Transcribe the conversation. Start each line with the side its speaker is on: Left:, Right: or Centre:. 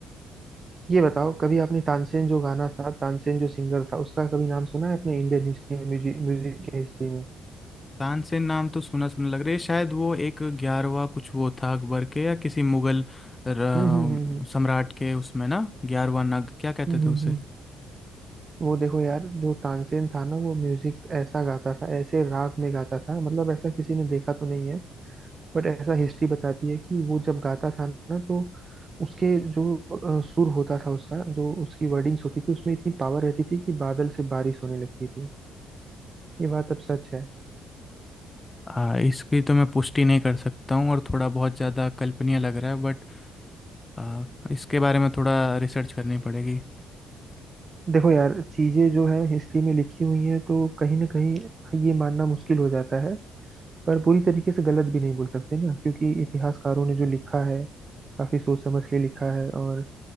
Right: ये बताओ कभी आपने तानसेन जो गाना था तानसेन जो सिंगर था उसका कभी नाम सुना है अपने इंडियन हिस्ट्री में म्यूजिक म्यूजिक के हिस्ट्री में
Left: तानसेन नाम तो सुना सुना लग रहा है शायद वो एक ग्यारहवा कुछ वो था अकबर के या किसी मुगल र-
Right: हम्म हम्म हम्म
Left: सम्राट के उसमें ना ग्यारहवा नग क्या कहते
Right: हम्म हम्म
Left: थे उसे
Right: हम्म, वो देखो यार जो तानसेन था ना वो म्यूजिक ऐसा गाता था ऐसे राग में गाता था मतलब ऐसा किसी ने देखा तो नहीं है बट ऐसा हिस्ट्री बताती है कि वो जब गाता था ना तो उसके जो अ, सुर होता था उसका जो उसकी वर्डिंग्स होती थी उसमें इतनी पावर रहती थी कि बादल से बारिश होने लगती थी ये बात अब सच है
Left: आ, इसकी तो मैं पुष्टि नहीं कर सकता हूँ और थोड़ा बहुत ज़्यादा कल्पनीय लग रहा है बट आ, इसके बारे में थोड़ा रिसर्च करनी पड़ेगी
Right: देखो यार चीजें जो है हिस्ट्री में लिखी हुई हैं तो कहीं ना कहीं ये मानना मुश्किल हो जाता है पर पूरी तरीके से गलत भी नहीं बोल सकते ना क्योंकि इतिहासकारों ने जो लिखा है काफी सोच समझ के लिखा है और